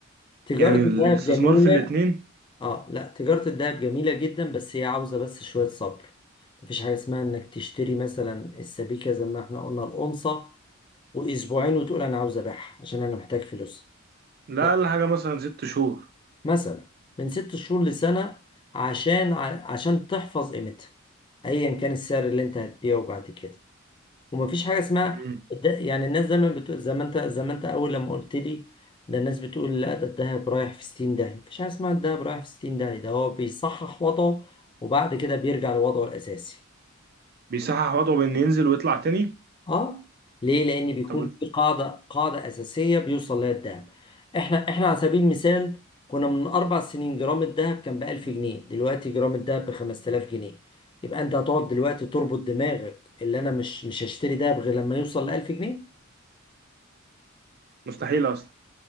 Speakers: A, on the left; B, on the right.
A: تجارة
B: يعني الاستثمار
A: الذهب جميلة
B: في الاتنين
A: اه لا تجارة الذهب جميلة جدا بس هي عاوزة بس شوية صبر مفيش حاجة اسمها انك تشتري مثلا السبيكة زي ما احنا قلنا الأونصة وأسبوعين وتقول أنا عاوز أبيعها عشان أنا محتاج فلوس
B: لا
A: لا
B: أقل حاجة مثلا ست شهور
A: مثلا من ست شهور لسنة عشان ع- عشان تحفظ قيمتها أيا كان السعر اللي أنت هتبيعه بعد كده ومفيش حاجه اسمها
B: مم.
A: ده يعني الناس دايما بتقول زي ما انت زي ما انت اول لما قلت لي ده الناس بتقول لا ده الدهب رايح في 60 داهيه مفيش حاجه اسمها الدهب رايح في 60 داهيه ده هو بيصحح وضعه وبعد كده بيرجع لوضعه الاساسي
B: بيصحح وضعه بإن ينزل ويطلع تاني
A: اه ليه لان بيكون
B: طب
A: في قاعده قاعده اساسيه بيوصل لها الدهب احنا احنا على سبيل المثال كنا من اربع سنين جرام الدهب كان ب 1000 جنيه دلوقتي جرام الدهب ب 5000 جنيه يبقى انت هتقعد دلوقتي تربط دماغك اللي انا مش مش هشتري دهب غير لما يوصل ل 1000 جنيه
B: مستحيل أصلا